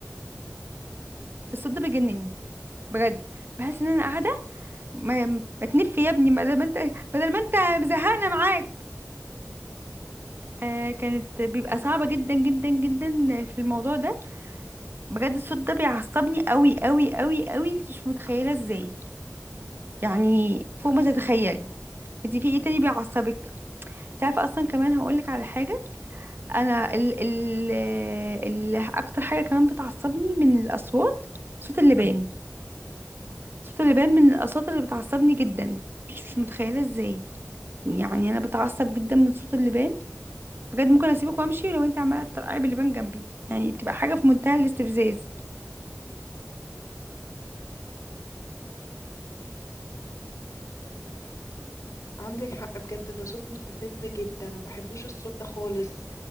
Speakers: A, on the right; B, on the left.
A: الصوت ده بيجنني بجد بحس ان انا قاعده ما, ما تنف يا ابني بدل ما انت بدل ما انت مزهقنا معاك فكانت بيبقى صعبه جدا جدا جدا في الموضوع ده بجد الصوت ده بيعصبني قوي قوي قوي قوي انت مش متخيله ازاي يعني فوق ما تتخيلي انت في ايه تاني بيعصبك تعرف اصلا كمان هقولك على حاجه انا ال ال ال اكتر حاجه كمان بتعصبني من الاصوات صوت اللبان صوت اللبان من الاصوات اللي بتعصبني جدا مش مش متخيله ازاي يعني انا بتعصب جدا من صوت اللبان بجد ممكن اسيبك وامشي لو انت عماله تطرقعي باللبان جنبي يعني بتبقى حاجه في منتهى الاستفزاز
B: عندك حق بجد ده صوت مستفز جدا انا ما بحبوش الصوت ده خالص